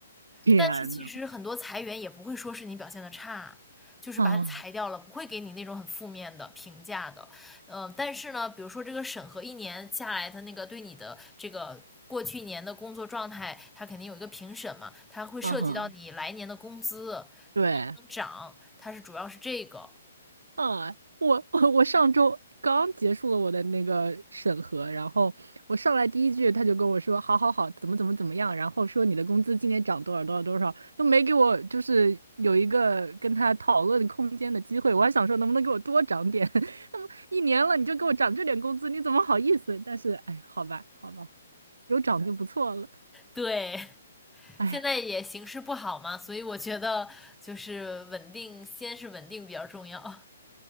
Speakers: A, on the right (about 80°); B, in the centre.
A: 天呐，
B: 但是其实很多裁员也不会说是你表现的差，就是把你裁掉了，
A: 啊，
B: 不会给你那种很负面的评价的。嗯、呃但是呢，比如说这个审核一年下来，他那个对你的这个。过去一年的工作状态，他肯定有一个评审嘛，他会涉及到你来年的工资
A: 啊哈对。
B: 能涨，它是主要是这个。
A: 啊，我 <laughs> 我上周刚结束了我的那个审核，然后我上来第一句他就跟我说，好好好，怎么怎么怎么样，然后说你的工资今年涨多少多少多少，都没给我就是有一个跟他讨论空间的机会，我还想说能不能给我多涨点，<laughs> 那么一年了你就给我涨这点工资，你怎么好意思？但是哎，好吧好吧，有涨就不错了，
B: 对，<laughs>
A: 哎，
B: 现在也形势不好嘛，所以我觉得就是稳定，先是稳定比较重要。